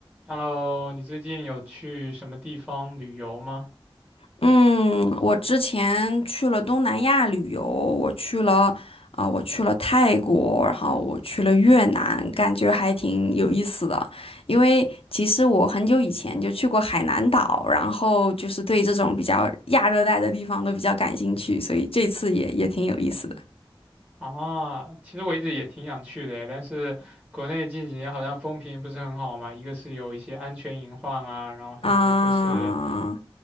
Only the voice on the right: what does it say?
Hello，你最近有去什么地方旅游吗？
啊，其实我一直也挺想去的诶但是国内近几年好像风评不是很好嘛，一个是有一些安全隐患啊，然后还有一个就是，